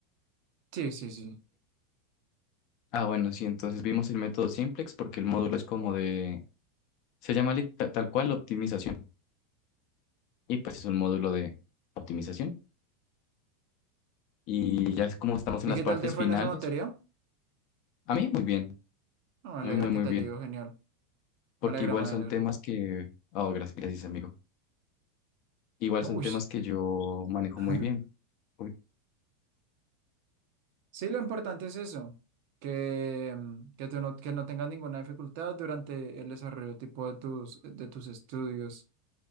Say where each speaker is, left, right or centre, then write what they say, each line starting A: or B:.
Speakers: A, on the right (about 60°); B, on the left (about 50°).
A: Sí, sí, sí.
B: Ah, bueno, sí, entonces vimos el método simplex porque el módulo es como de, se llama lit- ta- tal cual optimización y pues es un módulo de optimización y ya es como estamos en
A: ¿Y
B: las
A: qué
B: partes
A: tal te fue
B: finales.
A: en esa materia?
B: A mí muy bien,
A: No, me alegra
B: a mí muy
A: que
B: muy
A: te
B: bien,
A: haya ido genial.
B: porque
A: Me alegra,
B: igual
A: me
B: son
A: alegra.
B: temas que, oh, gracias, gracias amigo, igual
A: Uy.
B: son temas que yo manejo
A: <laughs>
B: muy bien. Uy,
A: Sí, lo importante es eso, que, mm, que tú no, que no tengas ninguna dificultad durante el desarrollo tipo de tus, de tus estudios.